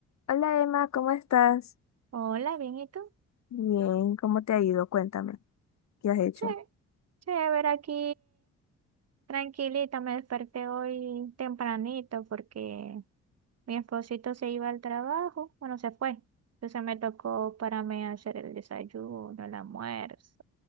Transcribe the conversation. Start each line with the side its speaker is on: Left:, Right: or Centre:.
Left: Hola Emma, ¿cómo estás?
Right: Hola, bien, ¿y tú?
Left: Bien, ¿cómo te ha ido? Cuéntame, ¿qué has hecho?
Right: Che, chévere aquí, tranquilita, me desperté hoy tempranito porque mi esposito se iba al trabajo, bueno, se fue, entonces me tocó para mí hacer el desayuno, el almuerzo,